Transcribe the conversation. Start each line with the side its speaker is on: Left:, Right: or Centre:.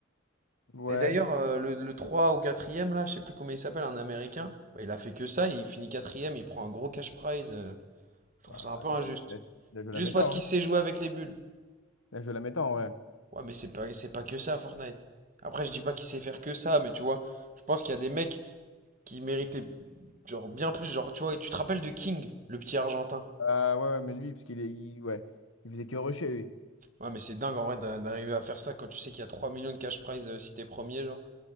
Left: Ouais,
Right: Et d'ailleurs, euh, le, le 3 ou quatrième là, je sais plus comment il s'appelle, un Américain, bah, il a fait que ça et il finit quatrième il prend un gros cash prize. euh. Je trouve
Left: bah,
Right: ça un peu injuste.
Left: il a, il a- il a joué la
Right: Juste
Left: méta,
Right: parce
Left: hein.
Right: qu'il sait jouer avec les bulles.
Left: Il a joué la méta, en vrai.
Right: Ouais, mais c'est pas, c'est pas que ça, Fortnite. Après, je dis pas qu'il sait faire que ça, mais tu vois, je pense qu'il y a des mecs qui méritait genre bien plus. Genre, tu vois, et tu te rappelles de King, le petit Argentin.
Left: Ah ouais, ouais, mais lui, parce qu'il est, il- ouais, il faisait que rusher, lui.
Right: Ouais, mais c'est dingue en vrai d'a- d'arriver à faire ça quand tu sais qu'il y a 3 millions de cash prize euh, si t'es premier, genre.